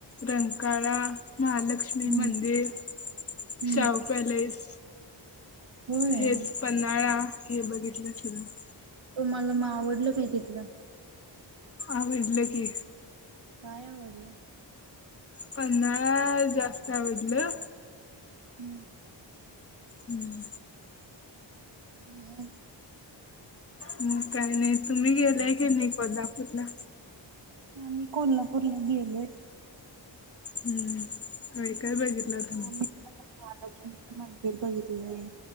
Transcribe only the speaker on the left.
रंका ळा महालक्ष्मी
मंदिर,
शाहू पॅलेस.
हेच पन्हाळा हे बघितलं <unintelligible>
आवडलं की.
पन्हाळा जास्त आवडलं.
हम्म.
मग काही नाही, तुम्ही गेलाय काय नाही कोल्हापूरला?
हम्म, काय काय बघितलं तुम्ही?